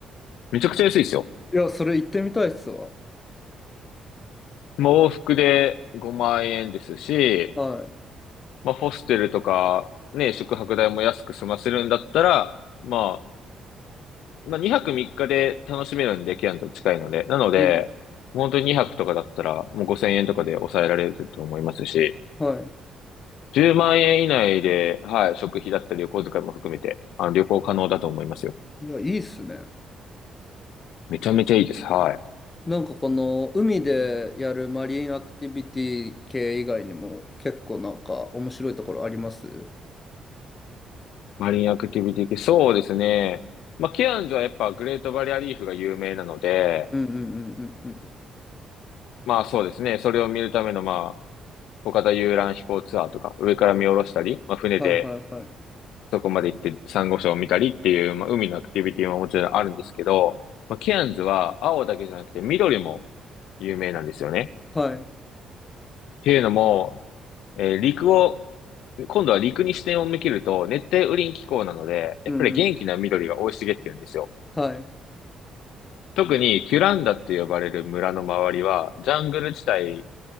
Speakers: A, on the left; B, on the left.
A: めちゃくちゃ安いですよ。
B: いや、それ行ってみたいっすわ。
A: まあ、往復で5万円ですし、
B: はい。
A: まあ、ホステルとか、ね、宿泊代も安く済ませるんだったら、まあ、まあ、2泊3日で楽しめるんで、ケアンズは近いので。なので、
B: うん。
A: 本当に2泊とかだったら、もう5千円とかで抑えられると思いますし、
B: は
A: 10万円以内で、はい、食費だったり旅行遣いも含めて、あの、旅行可能だと思いますよ。
B: い。いや、いいっすね。
A: めちゃめちゃいいです。はい。
B: なんかこの海でやるマリンアクティビティ系以外にも結構なんか面白いところあります
A: マリンアクティビティ系、そうですね。まあ、ケアンズはやっぱグレートバリアリーフが有名なので、
B: うんうんうんうんうん。
A: まあそうですね、それを見るための、まあ、小型遊覧飛行ツアーとか、上から見下ろしたり、まあ、船で
B: はいはいはい。
A: そこまで行ってサンゴ礁を見たりっていう、まあ、海のアクティビティはもちろんあるんですけど、まあ、ケアンズは青だけじゃなくて緑も有名なんですよね。
B: はい。
A: ていうのも、えー陸を、今度は陸に視点を向けると、熱帯雨林気候なので、やっぱり元気な緑が生い茂ってるんですよ。
B: うんうん。はい。
A: 特にキュランダって呼ばれる村の周りは、ジャングル地帯